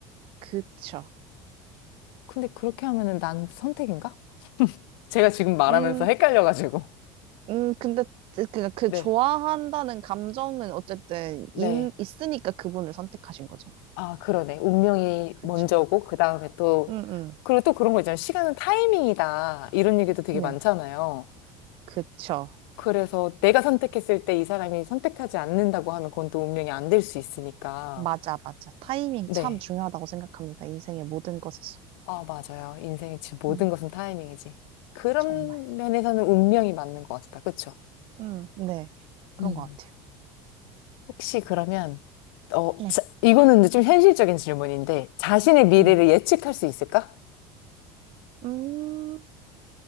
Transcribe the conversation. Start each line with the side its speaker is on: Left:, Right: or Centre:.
Right: 그쵸.
Left: 근데 그렇게 하면은 난 선택인가? 제가 지금 말하면서
Right: 음,
Left: 헷갈려가지고.
Right: 음, 근데 그,
Left: <laughs>
Right: 그 좋아한다는
Left: 네,
Right: 감정은 어쨌든
Left: 네.
Right: 인, 있으니까 그분을 선택하신 거잖아요.
Left: 아, 그러네. 운명이
Right: 그쵸.
Left: 먼저고, 그 다음에 또,
Right: 음,
Left: 그리고 또 그런 거 있잖아요. 시간은 타이밍이다. 이런 얘기도 되게
Right: 음.
Left: 많잖아요.
Right: 네. 그쵸.
Left: 그래서 내가 선택했을 때 이 사람이 선택하지 않는다고 하면 그건 또 운명이 안 될 수 있으니까.
Right: 맞아, 맞아. 타이밍
Left: 네.
Right: 참 중요하다고 생각합니다. 인생의 모든 것에서.
Left: 아, 맞아요. 인생의 지- 모든
Right: 음,
Left: 것은 타이밍이지. 그런
Right: 정말.
Left: 면에서는 운명이 맞는 것 같다. 그쵸?
Right: 음, 네. 그런
Left: 음.
Right: 것 같아요.
Left: 혹시 그러면, 어,
Right: 네.
Left: 자- 이거는 근데 좀 현실적인 질문인데, 자신의 미래를
Right: 네.
Left: 예측할 수 있을까?
Right: 음.